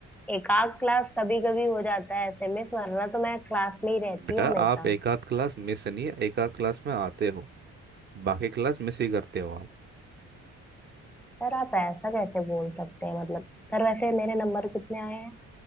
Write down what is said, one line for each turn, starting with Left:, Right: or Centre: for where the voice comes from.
Centre: एकाध क्लास कभी कभी हो जाता है ऐसे में वरना तो मैं क्लास में ही रहती
Right: बेटा
Centre: हूँ हमेशा
Right: आप एक आध क्लास मिस नहीं एक आध क्लास में आते हो बाकी क्लास मिस ही करते हो आप
Centre: सर आप ऐसा कैसे बोल सकते हैं मतलब सर वैसे मेरे नंबर कितने आए हैं